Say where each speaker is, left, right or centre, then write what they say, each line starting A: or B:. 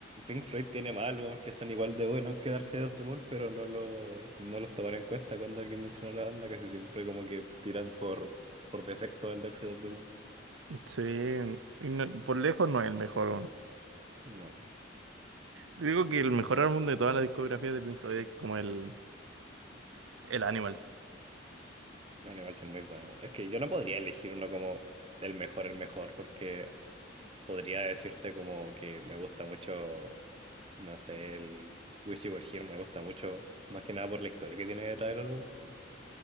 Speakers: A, on the right; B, on the right.
A: Pink Floyd tiene más álbumes que son igual de buenos que Dark Side of the Moon, pero no, lo, no los toman en cuenta cuando alguien menciona la banda, casi siempre como que tiran por, por defecto al Dark Side of the Moon.
B: Sí, y no- por lejos no es el mejor. weón.
A: No.
B: Digo que el mejor álbum de toda la discografía de Pink Floyd es como el, el Animals.
A: Animal es muy bueno. Es que yo no podría elegir uno como el mejor, el mejor, porque podría decirte como que me gusta mucho, no sé, el Wish You Were Here me gusta mucho, más que nada por la historia que tiene detrás del álbum.